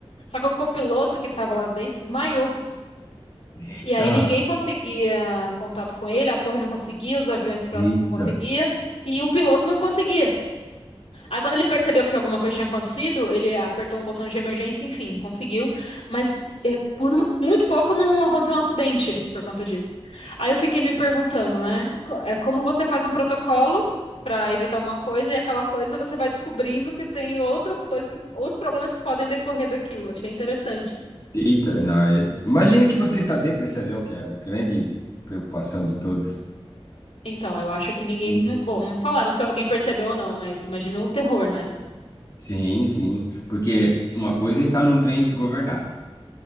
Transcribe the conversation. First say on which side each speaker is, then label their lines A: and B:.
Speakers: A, on the left (about 80°); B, on the left (about 35°).
A: Só que o copiloto que estava lá dentro desmaiou.
B: Eita,
A: E aí ninguém conseguia contato com ele, a torre não conseguia, os aviões próximos
B: eita,
A: não conseguiam, e o piloto não conseguia. Aí quando ele percebeu que alguma coisa tinha acontecido, ele apertou um botão de emergência, enfim, conseguiu. Mas eh, por um- muito pouco não aconteceu um acidente por conta disso. Aí eu fiquei me perguntando, né? co- É como você faz um protocolo para evitar uma coisa e aquela coisa você vai descobrindo que tem outras coisas que, ou os problemas que podem decorrer daquilo. Achei interessante.
B: eita. Não, é... Imagina que você está dentro desse avião, que é a grande preocupação de todos.
A: Então, eu acho que ninguém,
B: Sim,
A: não- bom, não falaram se alguém percebeu ou não, mas imagina o terror, né?
B: sim. sim. Porque uma coisa é estar num trem desgovernado,